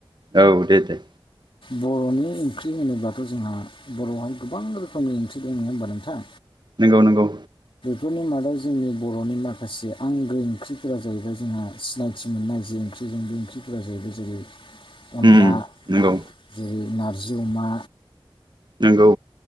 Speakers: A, on the right; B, on the left.
A: औ दे दे।
B: बर'नि ओंख्रि होनोब्लाथ' जोंहा बर'हाय गोबां रोखोमनि ओंख्रि दं होनोमबा नोंथां।
A: नंगौ नंगौ।
B: बेफोरनि मादाव जोंनि बर'नि माखासे आं गो ओंख्रिफोरा जाहैबाय जोंहा सिनायथि मोननाय जे ओंख्रि जों बे ओंख्रिफोरा जाहैबाय जेरै अनला
A: उम नंगौ
B: जेरै नारजि अमा
A: नंगौ